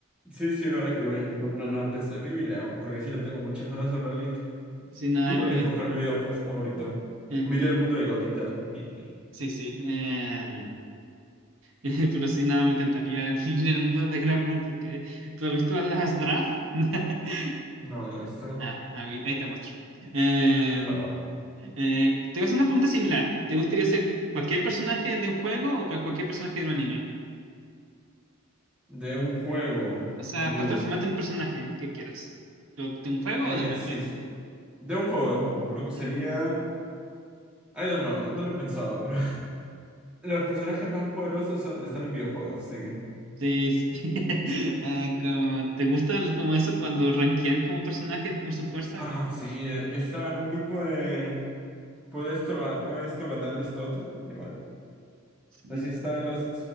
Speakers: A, in the centre; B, on the right (about 65°).
A: Sí, sí, ahora que voy a comprarme una nueva PC, maybe le hago, porque sí le tengo muchas ganas al Link.
B: Si nada,
A: Yo igual
B: me...
A: voy a escoger mi videojuego favorito.
B: eh,
A: Miré el mundo de Gotita. <laughs>
B: sí, sí. eh, <laughs> pero si nada, me encantaría <laughs> vivir el mundo de Gran Blue porque tú has visto las draft. <laughs>
A: No, no he visto.
B: Ah, ahí ahí te muestro. Eh,
A: Para. abajo.
B: eh, te voy a hacer una pregunta similar. ¿Te gustaría ser cualquier personaje de un juego o cualquier personaje de un anime?
A: De un juego.
B: O sea,
A: Y me
B: puedes
A: vol-
B: transformarte en un personaje que quieras. ¿De de un juego
A: Eh,
B: o de un anime?
A: sí, sí. De un juego, de un juego. Creo que sería.
B: Mm,
A: I don't know, no, no lo he pensado, pero. <laughs> Los personajes más poderosos son- están en videojuegos, así que.
B: Sí, sí. <laughs> Ah, como, ¿te gusta el- como eso cuando rankean como personajes por su fuerza?
A: Ah,
B: Como...
A: sí, eh, yo estaba en un grupo de. ¿Puede esto, ga- puede esto ganarle esto a otro? Igual.
B: mm.
A: Así estaban los